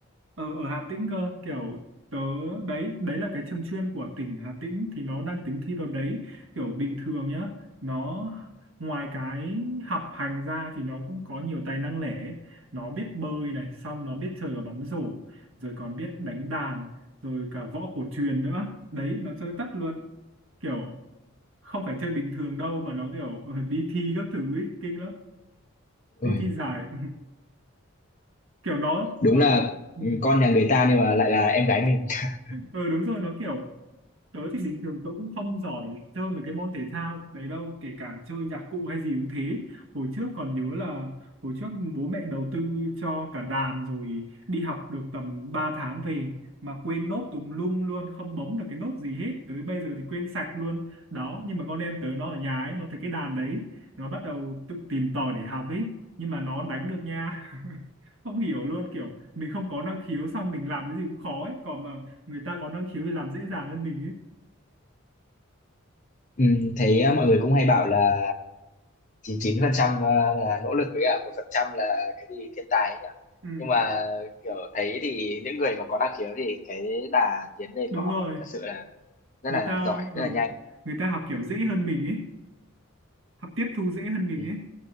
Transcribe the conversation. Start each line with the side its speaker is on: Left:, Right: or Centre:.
Right: ở, ở Hà Tĩnh cơ kiểu tớ đấy đấy là cái trường chuyên của tỉnh Hà Tĩnh thì nó đang tính thi vào đấy kiểu bình thường nhá nó ngoài cái học hành ra thì nó cũng có nhiều tài năng lẻ ấy. nó biết bơi này xong nó biết chơi cả bóng rổ rồi còn biết đánh đàn rồi cả võ cổ truyền nữa đấy nó chơi tất luôn kiểu không phải chơi bình thường đâu mà nó kiểu <laughs> đi thi các thứ ấy, kinh lắm đi
Left: Ôi,
Right: thi giải <laughs> kiểu nó
Left: đúng
Right: nó
Left: là,
Right: ừ,
Left: ừ, con nhà người ta nhưng mà lại là em gái mình. <laughs>
Right: ừ đúng rồi nó kiểu tớ thì bình thường tớ cũng không giỏi chơi mấy cái môn thể thao đấy đâu kể cả chơi nhạc cụ hay gì cũng thế hồi trước còn nhớ là hồi trước bố mẹ đầu tư cho cả đàn rồi đi học được tầm 3 tháng về mà quên nốt tùm lum luôn không bấm được cái nốt gì hết tới bây giờ thì quên sạch luôn đó nhưng mà con em tớ nó ở nhà ấy nó thấy cái đàn đấy nó bắt đầu tự tìm tòi để học ấy nhưng mà nó đánh được nha <laughs> không hiểu luôn kiểu mình không có năng khiếu xong mình làm cái gì cũng khó ấy còn mà người ta có năng khiếu thì làm dễ dàng hơn mình
Left: Ừm, thấy, a, mọi người cũng hay bảo là 99% ờ, là nỗ lực với cả một phần trăm là cái gì thiên tài ấy nhỉ?
Right: Ừ,
Left: Nhưng mà, kiểu, thấy thì những người mà có năng khiếu thì cái đà tiến lên
Right: đúng
Left: của họ
Right: rồi
Left: thật sự là rất
Right: người
Left: là
Right: ta
Left: giỏi,
Right: ờ,
Left: rất là nhanh.
Right: người ta học kiểu dễ hơn mình ấy học tiếp thu dễ hơn mình
Left: Ừm.
Right: ấy